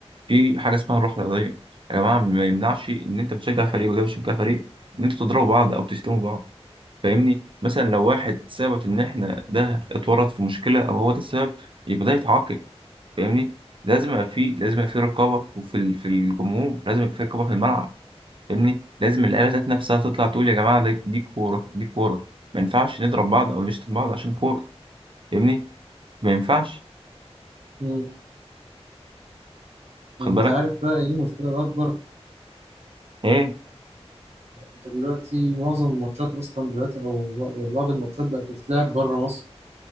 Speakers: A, on the right (about 50°); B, on the right (about 80°).
A: في حاجه اسمها الروح الرياضيه يا جماعه ما يمنعش ان انت بتشجع فريق وده بيشجع فريق ان انتوا تضربوا بعض او تشتموا بعض فاهمني مثلا لو واحد ثبت ان احنا ده اتورط في مشكله او هو ده السبب يبقى ده يتعاقب فاهمني لازم يبقى في لازم يبقى في رقابه وفي ال- في الجمهور لازم يبقى في رقابه في الملعب فاهمني لازم اللعيبه ذات نفسها تطلع تقول يا جماعه دي دي كوره دي كوره ما ينفعش نضرب بعض او نشتم بعض عشان كوره فاهمني ما ينفعش
B: يعني
A: خد
B: انت
A: بالك
B: عارف بقى ايه المشكله الاكبر
A: ايه
B: انت دلوقتي معظم الماتشات اصلا دلوقتي او يعني بعض الماتشات بقت بتتلعب بره مصر